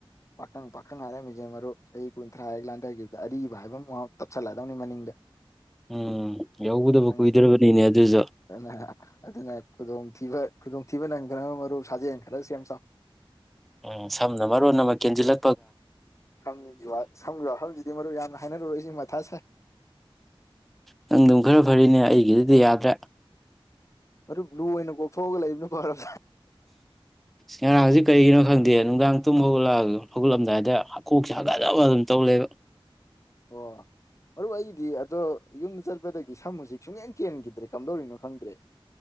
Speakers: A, on the left (about 30°); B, in the centre.
A: ꯄꯥꯈꯪ ꯄꯥꯈꯪ ꯑꯔꯝꯃꯤ ꯃꯔꯣ ꯁ ꯀ ꯊꯔꯥ ꯍꯦꯛ ꯂꯥꯏꯊꯈꯤꯕꯗ ꯑꯔꯤꯕ ꯍꯥꯏꯕ ꯑꯃꯥꯎ ꯇꯞꯁꯜꯂꯗꯧꯅꯤ ꯃꯅꯤꯡꯗ
B: ꯎꯝ ꯌꯥꯎꯒꯗꯕ
A: ꯈꯪꯉꯦ
B: ꯀꯨꯏꯗ꯭ꯔꯕꯅꯤꯅꯦ ꯑꯗꯨꯁꯨ
A: ꯑꯗꯨꯅ ꯑꯗꯨꯅ ꯈꯨꯗꯣꯡꯊꯤꯕ ꯈꯨꯗꯣꯡꯊꯤꯕ ꯅꯪꯗ꯭ꯔꯕ ꯃꯔꯨꯞ ꯁꯥꯖꯦꯜ ꯑ ꯁꯦꯝꯁꯣ
B: ꯎꯝ ꯁꯝꯅ ꯃꯔꯔꯣ ꯅ ꯃ ꯀꯦꯟꯖꯤꯂ
A: ꯍꯧꯖꯤꯛꯇꯗꯤ ꯃꯔꯨ ꯌꯥꯝꯅ ꯍꯥꯏꯅꯔꯨꯔꯣꯏ ꯁꯤ ꯃꯊꯥꯁꯦ
B: ꯅꯪ ꯑꯗꯨꯝ ꯈꯔ ꯐꯔꯤꯅꯦ ꯑꯩꯒꯤꯗꯨꯗꯤ ꯌꯥꯗ꯭ꯔꯦ
A: ꯃꯔꯨꯞ ꯂꯨ ꯑꯣꯏꯅ ꯀꯣꯞꯊꯣꯛꯑꯒ ꯂꯩꯕꯅꯤ ꯐꯝ
B: ꯉꯔꯥꯡꯁꯤ ꯀꯔꯤꯒꯤꯅꯣ ꯈꯪꯗꯦ ꯅꯨꯡꯗꯥꯡ ꯑꯨꯝ ꯍꯧꯒꯠꯂ ꯍꯧꯒꯨꯠꯂꯝꯗꯥꯏꯗ ꯑꯀꯣꯛꯁꯦ ꯍꯥꯀꯖꯕ ꯑꯗꯨꯝ ꯇꯧ ꯂꯩꯕ
A: ꯑꯣ ꯃꯔ ꯑꯩꯗꯤ ꯑꯗꯣ ꯌꯨꯝꯗ ꯆꯠꯄ ꯗꯗꯒꯤ ꯁꯝ ꯍꯧꯨꯖꯤꯛ ꯁꯨꯡꯦꯟ ꯆꯦꯟꯈꯤꯗ꯭ꯔꯦ ꯀꯝꯗꯧꯔꯤꯅꯣ ꯈꯪꯗ꯭ꯔꯦ